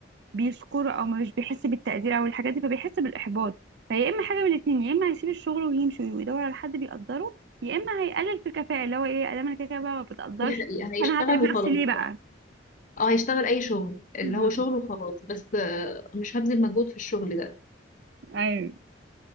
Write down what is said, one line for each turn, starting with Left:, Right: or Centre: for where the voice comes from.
Right: بيشكره او مش بيحس بالتقدير او الحاجات دي فبيحس بالاحباط فيا اما حاجه من الاتنين يا اما هيسيب الشغل ويمشي ويدور على حد بيقدره يا اما هيقلل في الكفاءه اللي هو ايه ادام انا كده كده بقى ما بتقدرش
Left: دي حقيقة هيشتغل
Right: انا هتعب نفسي
Left: وخلاص
Right: ليه بقى
Left: اه هيشتغل اي شغل اللي
Right: مم.
Left: هو شغل وخلاص بس آه، مش هبذل مجهود في الشغل ده
Right: ايوه